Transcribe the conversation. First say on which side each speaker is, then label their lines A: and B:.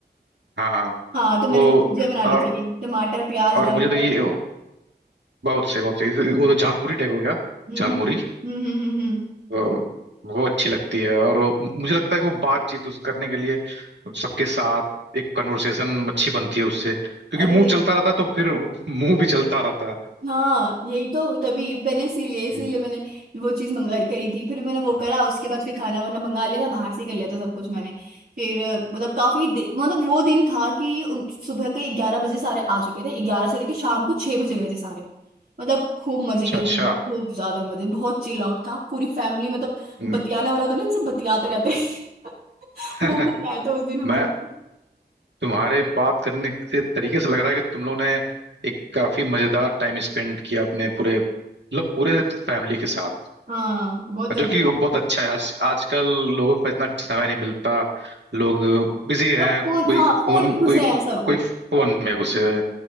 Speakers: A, on the right; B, on the right.
A: हाँ
B: हाँ तो मैंने
A: वो
B: वो भुजिया बना ली
A: और
B: थी टमाटर प्याज
A: और
B: डालकर
A: मुझे तो ये बहुत से बहुत से वो तो झालमुरी टाइप हो गया
B: हम्म
A: झालमुरी
B: हम्म हम्म हम्म हम्म हम्म।
A: वो वो अच्छी लगती है और वो, मुझे लगता है कि वो बातचीत उस करने के लिए सबके साथ एक कन्वर्सेशन अच्छी बनती है उससे क्योंकि
B: अरे
A: मुंह चलता रहता है तो फिर मुंह भी चलता रहता है
B: हाँ यही तो तभी मैंने इसीलिए इसीलिए
A: हम्म।
B: मैंने वो चीज़ मंगा करी थी फिर मैंने वो करा उसके बाद फिर खाना वाना मंगा लिया था बाहर से कर लिया था सब कुछ मैंने फिर अ, मतलब काफी दे- मतलब वो दिन था कि उन- सुबह के ग्यारह बजे सारे आ चुके थे ग्यारह से लेके शाम को छह बजे गए थे सारे मतलब खूब मजे
A: अच्छा
B: किए
A: अच्छा
B: थे हमने, खूब ज्यादा मजे बहुत चिल आउट था पूरी फैमिली मतलब
A: हम्म।
B: बतियाने वाला होता है ना सब बतियाते रहते हैं <laughs>
A: <laughs>
B: वो बतियाया था उस दिन हम
A: मैं
B: सब
A: तुम्हारे बात करने से तरीके से लग रहा है कि तुम लोगों ने एक काफी मजेदार टाइम स्पेंड किया अपने पूरे मतलब पूरे फैमिली के साथ
B: हाँ वो तो
A: जो
B: है
A: कि वो बहुत अच्छा है आज आजकल लोगों को इतना समय नहीं मिलता लोग बिजी हैं
B: सब फोन
A: कोई
B: हाँ फोन
A: फोन
B: में घुसे
A: कोई
B: हैं सब
A: कोई फोन में घुसे हुए हैं